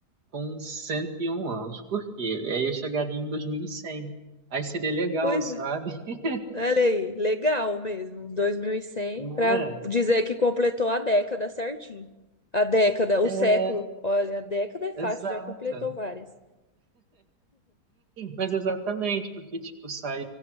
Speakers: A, on the right (about 70°); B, on the left (about 35°).
A: com 101 anos. Por quê? Aí eu chegaria em dois mil e cem, Aí seria legal,
B: Pois
A: sabe?
B: é.
A: <laughs>
B: Olha aí, legal mesmo. dois mil e cem
A: Não
B: para
A: é?
B: dizer que completou a década certinho. A década, o
A: É,
B: século. Olha, a década é fácil,
A: exato.
B: já completou várias.
A: Mas exatamente, porque, tipo, sai...